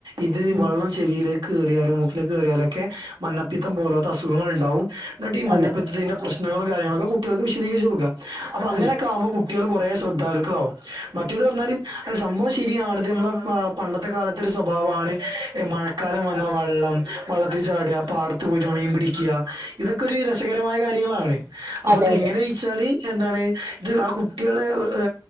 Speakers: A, on the right; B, on the right.
A: ഇത്
B: ഉം
A: വള്ളം ചെവിലേക്ക് കേറിയാലും മൂക്കിലേക്ക് കേറിയാലൊക്കെ മഞ്ഞപ്പിത്തം പോലോത്തെ അസുഖങ്ങളുണ്ടാവും, ന്നിട്ട് ഈ മഞ്ഞപിത്തത്തിന്റെ
B: അതെ
A: പ്രശ്നങ്ങളും കാര്യങ്ങളൊക്കെ കുട്ടികൾക്ക് വിശദീകരിച്ച് കൊടുക്ക. അപ്പൊ അങ്ങനൊക്കെ
B: അതെ
A: ആവുമ്പോ കു കുട്ടിയാൾ കുറെ ശ്രദ്ധാലുക്കളാവും. മറ്റേത് പറഞ്ഞാൽ സംഭവം ശെരിയാണത്. മ്മളെ ആ പണ്ടത്തെ കാലത്തൊരു സ്വഭാവമാണ് മഴക്കാലം വന്നാ വള്ളം വള്ളത്തിൽ ചാട്ആ പാടത്ത് പോയീട്ട് മീൻ പിടിക്ക്യ ഇതൊക്കെ ഒരു രസകരമായ കാര്യങ്ങളാണ്. അപ്പൊ
B: അതെ
A: ഇതെങ്ങനെഴിച്ചാല്
B: അതെ
A: എന്താണ് ഇത് ആ കുട്ടിയാളെ ഏ